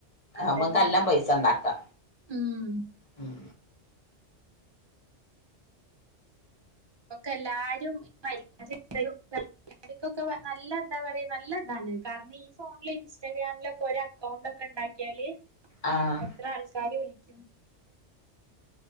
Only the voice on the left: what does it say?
അമ്മക്ക് അല്ലം പൈസ ഇണ്ടാക്കാ
ഉം
ആഹ്